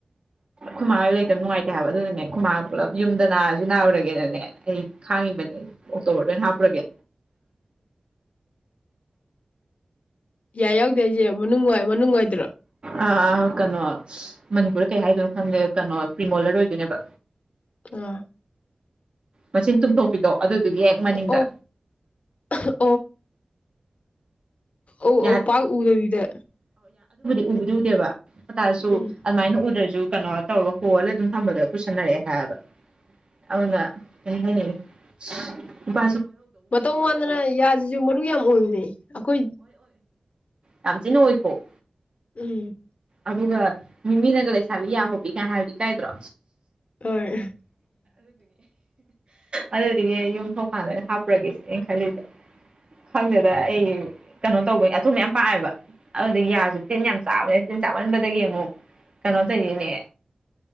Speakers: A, on the right; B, on the left.
A: ꯈꯨꯃꯥꯡ ꯍꯣꯏ ꯂꯩꯇꯕ ꯅꯨꯡꯉꯥꯏꯇꯦ ꯍꯥꯏꯕ ꯑꯗꯨꯅꯅꯦ ꯈꯨꯃꯥꯡ ꯄꯨꯂꯞ ꯌꯨꯝꯗ ꯅꯥꯔ ꯅꯥꯎꯔꯒꯦꯅꯅꯦ ꯑꯩ ꯈꯥꯡꯉꯤꯕꯅꯦ ꯑꯩ ꯑꯣꯗꯅ ꯍꯥꯄꯔꯒꯦ
B: ꯌꯥꯏ ꯌꯥꯎꯗꯦ ꯍꯥꯏꯁꯦ ꯃꯅꯨꯡ ꯃꯅꯨꯡꯉꯥꯏꯗ꯭ꯔꯣ
A: ꯑꯥ ꯑꯥ ꯀꯩꯅꯣ ꯃꯅꯤꯄꯨꯔꯗ ꯀꯩ ꯍꯥꯏꯗꯣꯏꯅꯣ ꯈꯪꯗꯦ ꯀꯩꯅꯣ ꯄ꯭ꯔꯤꯃꯣꯂꯔ ꯑꯣꯏꯗꯣꯏꯅꯦꯕ
B: ꯑꯥ
A: ꯃꯆꯤꯟ ꯇꯨꯝꯊꯣꯛꯄꯤꯗꯣ ꯑꯗꯨꯗꯨꯒꯤ ꯍꯦꯛ ꯃꯅꯤꯡꯗ
B: ꯑꯣ ꯑꯣ ꯑ
A: ꯌꯥ
B: ꯑꯧ ꯄꯥꯎ ꯎꯗꯕꯤꯗ
A: ꯎꯕꯗꯧꯗꯦꯕ ꯥꯔꯁꯨ
B: ꯎꯝ
A: ꯑꯗꯨꯃꯥꯏꯅ ꯎꯗ꯭ꯔꯁꯨ ꯀꯩꯅꯣ ꯇꯧꯔꯒ ꯍꯣꯜꯂ ꯑꯗꯨꯝ ꯊꯝꯕꯗꯣ ꯇꯨꯁꯟꯅꯔꯛꯑꯦ ꯍꯥꯏꯕ ꯑꯗꯨꯅ ꯀ ꯍꯥꯏꯅꯤꯡꯉꯤ ꯅꯨꯄꯥ
B: ꯃꯇꯧ ꯃꯥꯟꯗꯅ ꯌꯥꯁꯤꯁꯨ ꯃꯔꯨ ꯌꯥꯝ ꯑꯣꯏꯃꯦ ꯑꯩꯈꯣꯏ
A: ꯇꯝꯁꯤꯅ ꯍꯣꯏꯀꯣ
B: ꯎꯝ
A: ꯑꯗꯨꯒ ꯃꯤꯃꯤꯅꯒ ꯂꯩꯁꯥꯕꯤ ꯌꯥ ꯍꯣꯕꯤ ꯀꯥꯏ ꯍꯥꯏꯕꯗꯤ ꯀꯥꯏꯗ꯭ꯔꯣ
B: ꯍꯣꯏ
A: ꯑꯗꯨꯗꯒꯤ ꯌꯨꯝꯊꯣꯡꯀꯥꯟꯗ ꯑꯣꯏꯅ ꯍꯥꯞꯄ꯭ꯔꯒꯦꯁꯦ ꯑꯩꯅ ꯈꯜꯂꯤꯁꯦ ꯈꯪꯗꯦꯗ ꯑꯩ ꯀꯩꯅꯣ ꯇꯧꯕꯒꯤ ꯑꯊꯨꯝꯕ ꯌꯥꯝ ꯄꯥꯝꯑꯦꯕ ꯑꯗꯨꯗꯒꯤ ꯌꯥꯁꯨ ꯇꯤꯟ ꯌꯥꯝ ꯆꯥꯕꯅꯦ ꯇꯤꯟ ꯆꯥꯃꯟꯕꯗꯒꯤ ꯑꯃꯨꯛ ꯀꯩꯅꯣ ꯇꯧꯔꯤꯅꯦ